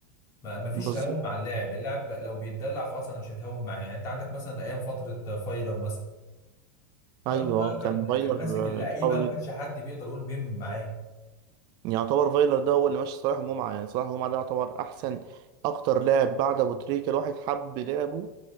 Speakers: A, on the left; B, on the right.
A: ما ما فيش
B: بالظبط
A: تهاون مع اللاعب اللاعب لو بيتدلع خلاص انا مش هتهاون معاه يعني انت عندك مثلا ايام فترة آه، فايلر مثلا فايلر
B: أيوه
A: ده
B: كان
A: كان
B: فايلر
A: كان ماسك اللعيبة
B: آه، قوي
A: ما كانش
B: جدا
A: حد بيقدر يقول بيم معاه
B: يعتبر فايلر ده هو اللي ماشي صلاح جمعة يعني صلاح جمعة ده يعتبر أحسن أكتر لاعب بعد أبو تريكة الواحد حب لعبه